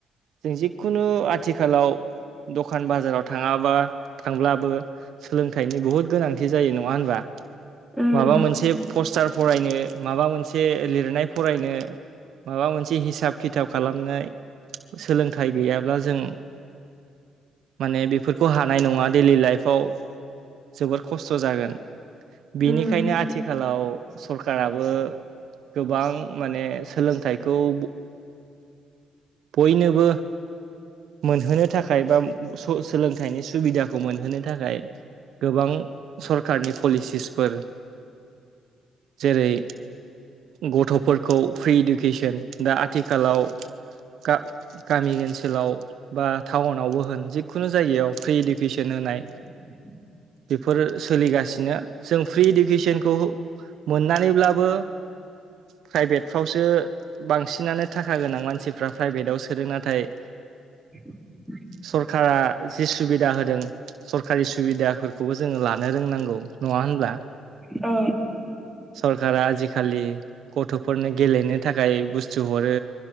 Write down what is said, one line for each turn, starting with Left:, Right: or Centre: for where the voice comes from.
Right: जों जिखुनो आथिखालाव द'खान बाजाराव थाङाबा थांब्लाबो सोलोंथाइनि बहुद गोनांथि जायो नङा होनबा
Centre: उम
Right: माबा मोनसे पस्टार फरायनो माबा मोनसे लिरनाय फरायनो माबा मोनसे हिसाब खिथाब खालामनाय सोलोंथाइ गैयाब्ला जों माने बेफोरखौ हानाय नङा देलि लाइफआव जोबोर खस्थ' जागोन बेनिखायनो
Centre: उम
Right: आथिखालआव सरखाराबो गोबां माने सोलोंथाइखौ ब बयनोबो मोनहोनो थाखाय बा सोलोंथाइनि सुबिदाखौ मोनहोनो थाखाय गोबां सरखारनि पलिसिसफोर जेरै गथ'फोरखौ फ्रि इडु किसोन दा आथिखालाव गा गामि ओनसोलाव बा टाउनावबो होन जिखुनो जायगायाव फ्रि इडुकेसन होनाय
Centre: <inaudible>
Right: बेफोर सोलिगासिनो जों फ्रि इडुकेसनखौ मोननानैब्लाबो प्राइभेटफ्रावसो बांसिनानो थाखा गोनां मानसिफ्रा प्राइभेदाव सोदों नाथाय
Centre: <inaudible>
Right: सरकारा जि सुबिदा होदों सरकारि सुबिदाफोरखौबो जोङो लानो रोंनांगौ नङा नङा होनब्ला
Centre: औ
Right: सरकारा आजिखालि गथ'फोरनो गेलेनो थाखाय बुस्थु हरो